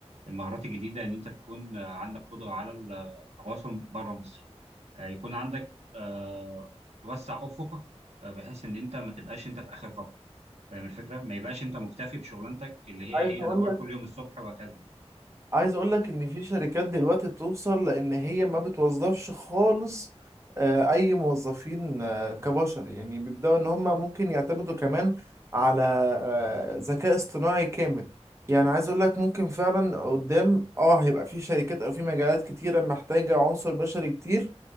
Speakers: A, on the right; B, on the right.
A: المهارات الجديده ان انت تكون آه، عندك قدره على التواصل بره مصر آه، يكون عندك آه، توسع افقك آه، بحيث ان انت ما تبقاش انت في اخر خط فاهم الفكره ما يبقاش انت مكتفي بشغلانتك اللي هي
B: عايز
A: ايه
B: اقول
A: انا بروح
B: لك
A: كل يوم الصبح وهكذا
B: عايز اقول لك ان في شركات دلوقتي بتوصل لان هي ما بتوظفش خالص آه، اي موظفين آه، كبشر يعني بيبداوا ان هم ممكن يعتمدوا كمان على آه، ذكاء اصطناعي كامل يعني عايز اقول لك ممكن فعلا قدام اه هيبقى في شركات او في مجالات كتيرة محتاجة عنصر بشري كتير